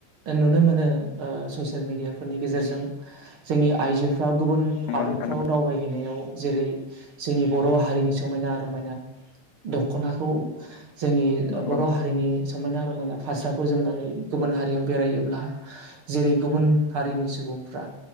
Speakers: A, on the right; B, on the left.
A: नुनो मोनो ससियेल मिेडियाफोरनि गेजेरजों जोंनि आइजोफ्रा गुबुन
B: नंगौ
A: हादोरफ्राव
B: नोंथां
A: दावबायहै गनाय जेरै जोंनि बर' हारिनि समायना रमायना दख'नाखौ जोंनि
B: नंगौ
A: बर' हारिनि समायना रमायना फास्राखौ जोमनानै गुबुन हारियाव बेरायोब्ला जेरै गुबुन हारिनि सुबुंफ्रा